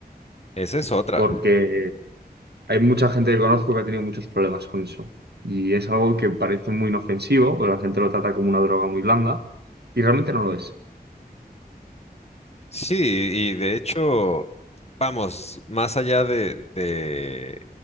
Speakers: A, on the left; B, on the right.
A: Esa es otra.
B: porque Hay mucha gente que conozco que ha tenido muchos problemas con eso. Y es algo que parece muy inofensivo, pero la gente lo trata como una droga muy blanda y realmente no lo es.
A: Sí, y de hecho, vamos, más allá de, de-